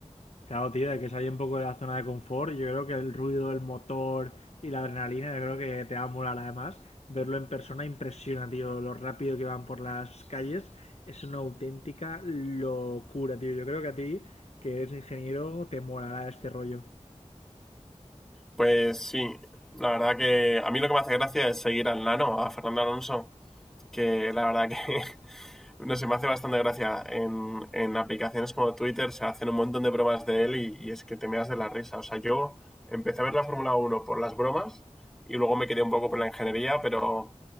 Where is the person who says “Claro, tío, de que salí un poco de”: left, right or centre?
Left